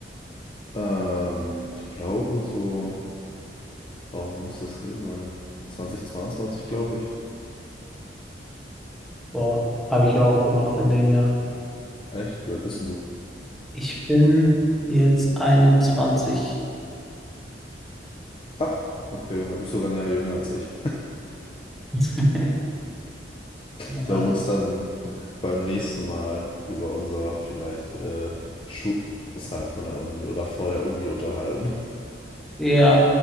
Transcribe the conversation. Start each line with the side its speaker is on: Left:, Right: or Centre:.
Left: Ähm, ich glaube so, warum muss das gewesen sein? 2022, glaube ich.
Centre: Boah, habe ich ja auch gemacht in dem Jahr.
Left: Echt? Wie alt bist denn du?
Centre: Ich bin jetzt 21.
Left: Ach, okay, du bist sogar ein Jahr jünger als ich.
Centre: <laughs> Ja,
Left: Sollen wir uns dann beim nächsten Mal über unser vielleicht äh, Schul außerhalb von der Uni oder vor der Uni unterhalten?
Centre: ja,